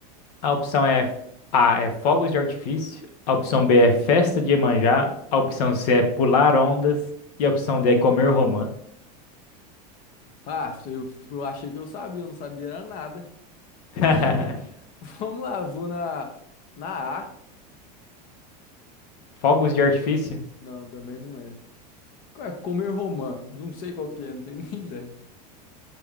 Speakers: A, on the left; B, on the left.
A: A opção é A é fogos de artifício, a opção B é festa de Iemanjá, a opção C é pular ondas e a opção D é comer romã.
B: Ah, eu, eu achei que eu sabia, eu não sabia era nada.
A: <laughs>
B: <laughs> Vamos lá, vou na. Na A.
A: Fogos
B: Oh,
A: de artifício,
B: não, também não é. Qual é? Comer romã. Não sei qual que é, não tenho <laughs> nem ideia.